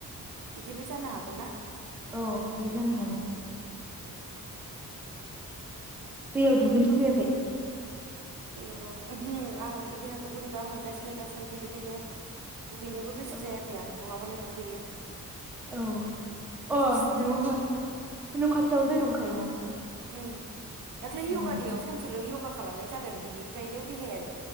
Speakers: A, on the right (about 65°); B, in the centre.
A: बिबो जानो हागौ ना?
B: औ बिबो जानो हागौ!
A: <inaudible>
B: दैयाव दुगैनो लुबैयाखै
A: दे ओ ओहु आं देहाखौ बोरैबा मोनगासिनो दासान्दि बेखायनो दुगैनोबो गोसो
B: औ
A: जायाखै आं नङाबालाय दुगैयो।
B: औ अ
A: जि सुदों
B: नुह न' खाथियावनो दै दंखायोना।
A: उम दाख्लै योगा
B: उम
A: दैयाव सानसेल' यो गा खालामनाय जादों बिनिफ्रायनो देहाया